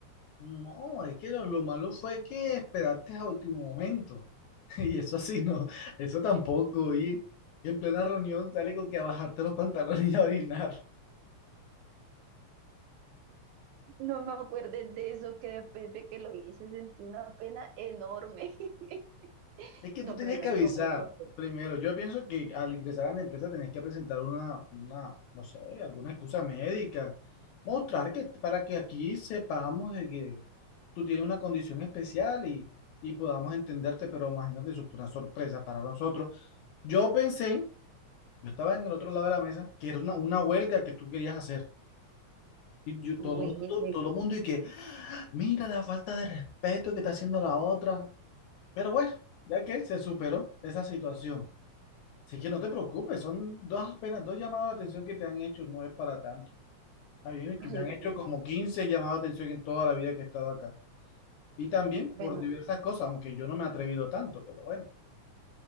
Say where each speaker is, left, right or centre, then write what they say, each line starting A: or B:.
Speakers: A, on the left (about 80°); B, on the right (about 80°).
A: No, es que lo, lo malo fue que esperaste a último momento. <laughs> Y eso así no, eso tampoco. Y en plena reunión sale con que a bajarte los pantalones y a orinar.
B: No me acuerdes de eso, que después de que lo hice sentí una pena enorme. <laughs>
A: Es que
B: No,
A: tú tenías
B: pero ya
A: que
B: no
A: avisar
B: lo vuelvo a hacer.
A: primero. Yo pienso que al ingresar a la empresa tenías que presentar una, una, no sé, alguna excusa médica. Mostrar que para que aquí sepamos de que tú tienes una condición especial y, y podamos entenderte, pero imagínate, eso fue una sorpresa para nosotros. Yo pensé, yo estaba en el otro lado de la mesa, que era una, una huelga que tú querías hacer. Y yo,
B: Güey,
A: todo mundo,
B: güey.
A: todo mundo y que, "Ah, mira la falta de respeto que está haciendo la otra. Pero bueno, ya que se superó esa situación. Así que no te preocupes, son dos, apenas dos llamados de atención que te han hecho, no es para tanto. A mí me,
B: ay,
A: que me han
B: bueno,
A: hecho como 15 llamados de atención en toda la vida que he estado acá. Y también
B: bueno,
A: por diversas cosas, aunque yo no me he atrevido tanto, pero bueno.